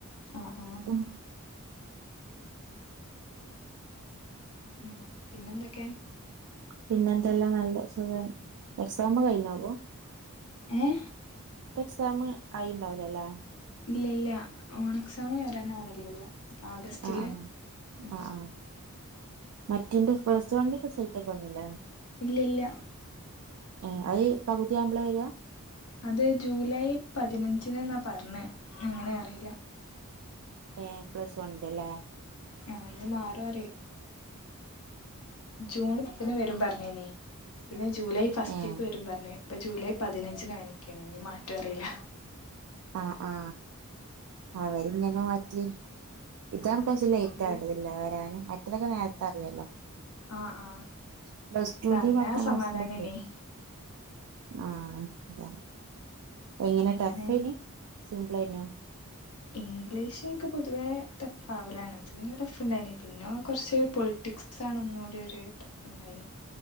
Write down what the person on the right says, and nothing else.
ഉം
പിന്നെന്തല്ലാം നല്ല സുഖാ എക്സാം കഴിഞാവോ
ഇപ്പൊ എക്സാം ആയി ഉണ്ടാവ് ലല്ലാ
ആഹ് ആഹ്
ആഹ് ആഹ് മറ്റിന്റെ പ്ലസ് വണ്ണിന്റെ റിസൾറ്റ് ഒക്കെ വന്നില്ല
ഏ അത് പകുതിയാവുമ്പള വരിആ
ഏ പ്ലസ് വൺന്റെ അല്ലേ
ഏഹ്
ആ ആ അവരിങ്ങനെ മാറ്റി ഇതാണ്
ഇപ്പ ചി ലേറ്റ്
ആടുവല്ലേ വരാന് മറ്റതൊക്കെ നേരത്തെ അറിയുവല്ലോ
പ്ലസ്ടുന്റെ
പത്താം ക്ലാസ്സിന്റെക്കെ
ആ അത എങ്ങനെ
ടഫേന് സിപിളഅയ്നോ